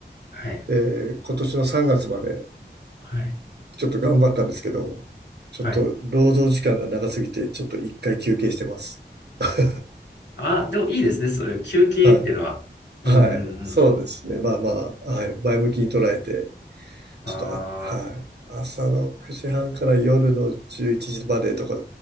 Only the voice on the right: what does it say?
えー今年の3月まで
ちょっと頑張ったんですけど、ちょっと労働時間が長すぎて、
ちょっと一回休憩してます。<laughs>
は
いはい。そうですね。
まあまあ、はい。前向きに捉えて、
ちょっと、あ、はい。朝の9時半から夜の11時までとか